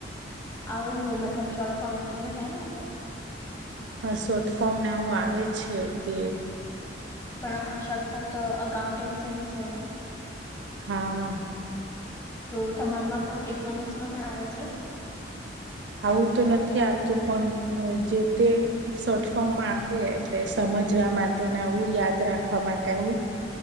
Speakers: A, on the left; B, on the right.
A: આવું મતલબ શોર્ટ ફોર્મ વધારે આવે
B: હા શોટ ફોર્મને આવું આવે છે તે
A: પણ આ શોર્ટ ફોર્મ તો અકાઉન્ટન્સીનું છે ને
B: હા
A: તો તમારામાં પણ ઇકોનોમિક્સમાં પણ આવે છે
B: આવું તો નથી આવતું પણ જે તે શોર્ટ ફોર્મમાં આવે એટલે સમજવા માટે આવું યાદ રાખવા માટે આવું